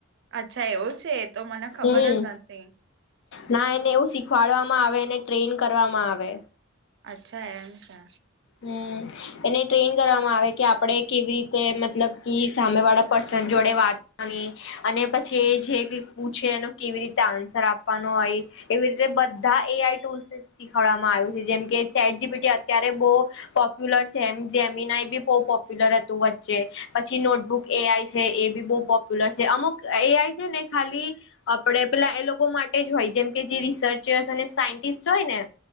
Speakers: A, on the right; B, on the left.
A: અચ્છા એવું છે તો મને ખબર
B: હમ્મ,
A: જ નથી
B: ના એને એવું શીખવાડવામાં આવે એને ટ્રેન કરવામાં આવે.
A: અચ્છા એમ છે.
B: હમ્મ. એને ટ્રેન કરવામાં આવે કે આપડે કેવી રીતે મતલબ સામે વાળા પર્સન જોડે વાત આની અને પછી એ જે પૂછે એનો કેવી રીતે આન્સર આપવાનો હોય. એવી રીતે બધા એ આઈ ટૂલ્સ શીખડવામાં આવ્યું છે જેમ કે ચેટ જી પી ટી અત્યારે બો પોપ્યુલર છે એમ જેમીનાય બી બહુ પોપ્યુલર હતું વચ્ચે. પછી નોટબુક એ આઈ છે એ બી બહુ પોપ્યુલર છે અમુક એ આઈ છે ને ખાલી આપડે પેલા એ લોકો માટે જ હોય જેમકે જે રિસર્ચર્સ અને સાયન્ટિસ્ટ હોય ને